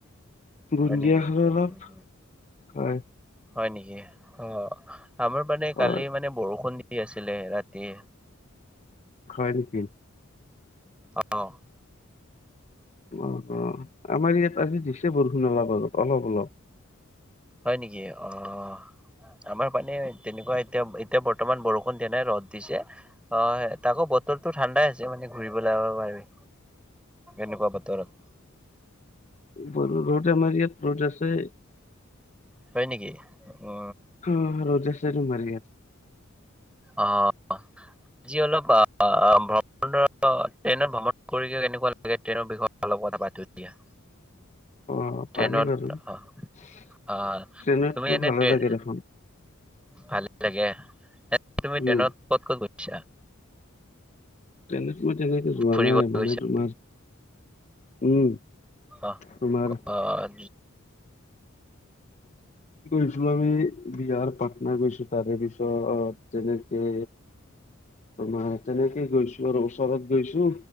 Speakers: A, on the left; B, in the centre.
A: বুঞ্জিয়াৰ
B: হয় নেকি
A: মল বুঞ্জিয়া
B: উম
A: <unintelligible> হয়।
B: হয় নেকি? অ', আমাৰ মানে
A: হয়,
B: কালি মানে বৰষুণ দি আছিলে ৰাতি
A: খায় নেকি?
B: অ'।
A: অ', অ', আমাৰ ইয়াত আজি দিছে বৰষুণ অলপ আগত, অলপ অলপ।
B: হয় নেকি? অ'। আমাৰ পানে তেনেকুৱা এতিয়া, এতিয়া বৰ্তমান বৰষুণ দিয়া নাই, ৰ'দ দিছে। অ', সে তাকো বতৰটো ঠাণ্ডাই আছে, মানে ঘূৰিবলে যাব পাৰি। এনেকুৱা বতৰত।
A: বাৰু ৰ'দ আমাৰ ইয়াত ৰ'দ আছে।
B: হয় নেকি? অ'।
A: অ', ৰ'দ আছে তোমাৰ ইয়াত।
B: অ'। আজি অলপ অ', ভ্ৰমণৰ, ট্ৰেইনত ভ্ৰমণ কৰি কেনেকুৱা লাগে ট্ৰেইনৰ বিষয়ে অলপ কথা পাতোঁ দিয়া।
A: <inaudible> অ',
B: ট্ৰেইনত
A: পাৰি বাৰু,
B: অ
A: ট্ৰেইনতটো
B: অ তুমি এনে
A: ভালে
B: ট্ৰেইন
A: লাগে দেখোন।
B: ভালে লাগে, এনে তুমি
A: উম
B: ট্ৰেনত ক'ত ক'ত গৈছা?
A: ট্ৰেনত মই তেনেকে যোৱা
B: ফুৰিব
A: নাই, মানে
B: গৈছে
A: তোমাৰ, উম।
B: অ',
A: তোমাৰ
B: অ'
A: গৈছিলোঁ আমি বিহাৰ, পাটনা গৈছোঁ, তাৰে পিছত তেনেকে তোমাৰ তেনেকে গৈছোঁ‌। যোৱাৰ বছৰত গৈছো,